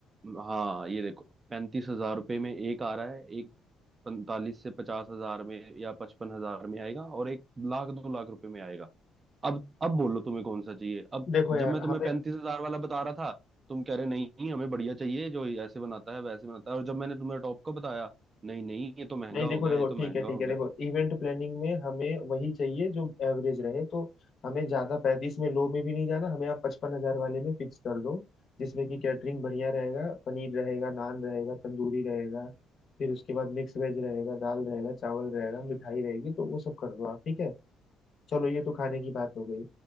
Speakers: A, on the right; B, on the left.
A: हाँ ये देखो पैंतीस हजार रुपये में एक आ रहा है एक पैंतालीस से पचास हजार में या पचपन हजार में आएगा और एक लाख दो लाख रुपए में आएगा अब अब बोलो तुम्हें कौन सा चाहिए अब
B: देखो यार
A: जब मैं तुम्हें
B: हमें
A: पैंतीस हजार वाला बता रहा था तुम कह रहे नहीं हमें बढ़िया चाहिए जो ऐसे बनाता है वैसे बनाता है और जब मैंने तुम्हें टॉप का बताया नहीं नहीं ये तो महंगा
B: नहीं देखो
A: हो गया
B: देखो
A: ये तो
B: ठीक
A: महंगा
B: है ठीक
A: हो
B: है
A: गया
B: देखो इवेंट प्लानिंग में हमें वही चाहिए जो एवरेज रहे तो हमें ज्यादा पैंतीस में लो में भी नहीं जाना हमें आप पचपन हजार वाले में फिक्स कर दो जिसमें कि कैटरिंग बढ़िया रहेगा पनीर रहेगा नान रहेगा तंदूरी रहेगा फिर उसके बाद मिक्स वेज रहेगा दाल रहेगा चावल रहेगा मिठाई रहेगी तो वो सब कर दो आप ठीक है चलो ये तो खाने की बात हो गई